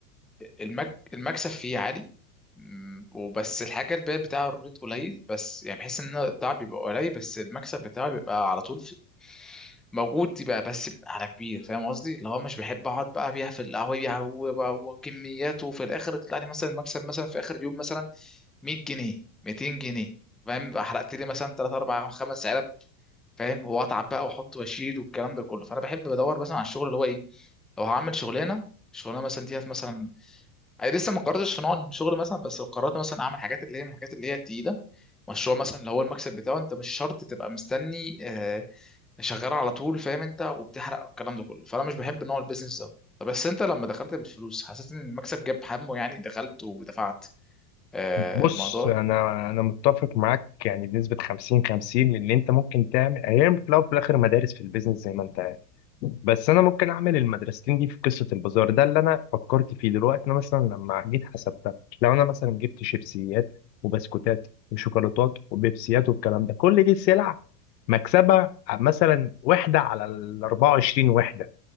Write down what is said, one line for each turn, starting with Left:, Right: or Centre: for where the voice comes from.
Centre: المك... المكسب فيه عالي مم، وبس الحاجة البيع بتاعه الريت قليل بس يعني بحس ان التعب بيبقى قليل بس المكسب بتاعه بيبقى على طول في... موجود يبقى بس بيبقى على كبير فاهم قصدي اللي هو مش بحب اقعد بقى ابيع في القهوة يبيع و- وكميات وفي الاخر يطلع لي مثلا المكسب مثلا في اخر اليوم مثلا 100 جنيه 200 جنيه فاهم بقى حرقت لي مثلا 3 4 5 علب فاهم واتعب بقى واحط واشيل والكلام ده كله فانا بحب بدور مثلا على الشغل اللي هو ايه لو هعمل شغلانه الشغلانه مثلا ديت مثلا انا لسه ما قررتش في نوع الشغل مثلا بس لو قررت مثلا اعمل حاجات اللي هي من الحاجات اللي هي تقيله مشروع مثلا اللي هو المكسب بتاعه انت مش شرط تبقى مستني آه، شغال على طول فاهم انت وبتحرق الكلام ده كله فانا مش بحب نوع البيزنس ده طب بس انت لما دخلت بالفلوس حسيت ان المكسب جاب همه يعني دخلت ودفعت آه،
Left: بص
Centre: الموضوع
Left: انا انا متفق معاك يعني بنسبه 50 50 لان انت ممكن تعمل هي في الاول وفي الاخر مدارس في البيزنس زي ما انت عارف بس انا ممكن اعمل المدرستين دي في قصه البازار ده اللي انا فكرت فيه دلوقتي انا مثلا لما جيت حسبتها لو انا مثلا جبت شيبسيات وبسكوتات وشوكولاتات وبيبسيات والكلام ده كل دي سلع مكسبها مثلا وحده على ال 24 وحده